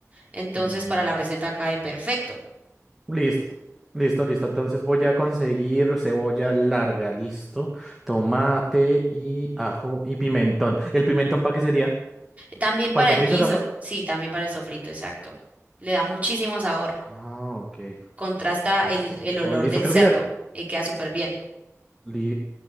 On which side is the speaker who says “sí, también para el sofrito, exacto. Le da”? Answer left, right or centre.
Right